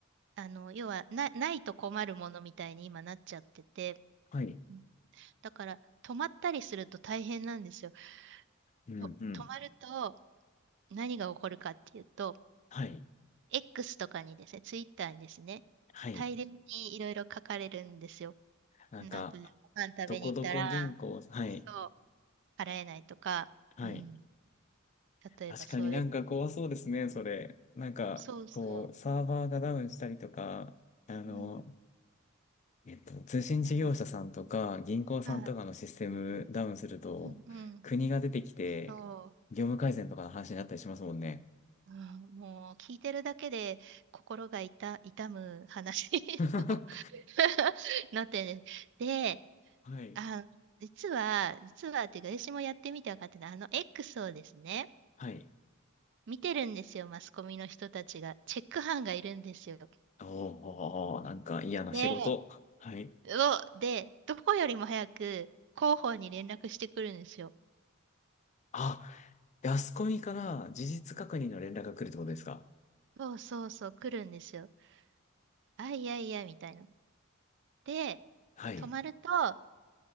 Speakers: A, on the right; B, on the left.
A: あの、要はな、ないと困るものみたいに今なっちゃってて、
B: はい、
A: うんだから止まったりすると大変なんですよ。
B: うん、
A: と、
B: うん、
A: 止まると何が起こるかっていうと、
B: はい、
A: X とかにですね、Twitter にですね、
B: はい。
A: 大量にいろいろ書かれるんですよ。
B: なんか、
A: なんか、ご飯食べに行ったら、
B: どこどこ銀行、はい、
A: そう、払えないとか、
B: はい。
A: うん。例えばそういう、
B: 確かになんか怖そうですね、それ。なんか、
A: そうそう、
B: こう、サーバーがダウンしたりとか、あの、
A: うん、
B: えっと、通信事業者さんとか銀行さんとかのシステムダウンすると、
A: そう、はい、うん、うん、
B: 国が出てきて、
A: そ
B: 業務改善とかの話になったりしますもんね。
A: う、うん、もう聞いてるだけで心が痛、痛む話
B: <laughs> は
A: を <laughs> なってるんで、で、
B: い。
A: あ、実は、実はっていうか、私もやってみて分かってたあの X をですね、
B: はい。
A: 見てるんですよ、マスコミの人たちが。チェック班がいるんですよ。
B: おー、なんか嫌な仕事。
A: で、
B: はい。
A: を、で、どこよりも早く広報に連絡してくるんですよ。
B: あ、であそこみから事実確認の連絡が来るってことですか
A: そうそうそう、来るんですよ。あ、いやいや、みたいな。で、
B: はい。
A: 泊まると、